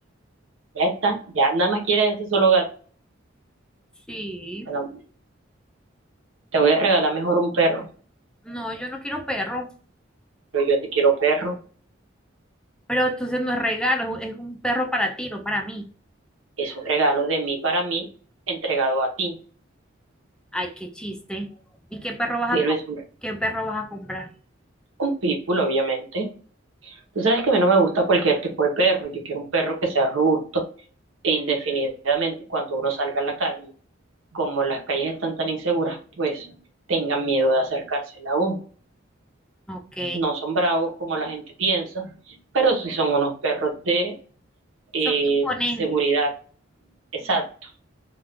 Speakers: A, on the right; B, in the centre.
A: ya está, ya nada más quieres ese solo gato.
B: Sí.
A: Bueno, Te voy a regalar mejor un perro,
B: No, yo no quiero perro.
A: pero yo sí quiero perro.
B: Pero entonces no es regalo, es un es un perro para ti, no para mí.
A: Es un regalo de mí para mí, entregado a ti,
B: Ay, qué chiste. ¿Y qué perro vas
A: pero
B: a com-
A: es un,
B: ¿Qué perro vas a comprar?
A: un pitbull, obviamente. Tú sabes que a mí no me gusta cualquier tipo de perro, yo quiero un perro que sea robusto e indefinidamente cuando uno salga a la calle como las calles están tan inseguras, pues tengan miedo de acercársela a uno.
B: Ok.
A: No son bravos como la gente piensa, pero sí son unos perros de eh,
B: Son componentes.
A: seguridad. Exacto.